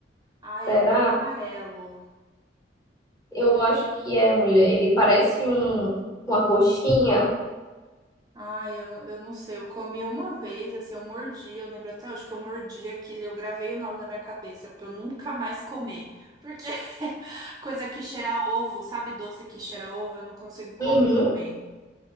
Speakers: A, on the right; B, on the left.
A: Ai,
B: Será?
A: ele é amarelo.
B: Eu acho que é, mulher. Ele parece um, uma coxinha.
A: Ai, eu, eu não sei. Eu comi uma vez, assim, eu mordi. Eu lembro até hoje que eu mordi aquilo. e Eu gravei o nome na minha cabeça pra eu nunca mais comer. Porque <laughs> coisa que cheira a ovo, sabe? Doce que cheira a ovo, eu não consigo comer
B: Uhum.
A: também.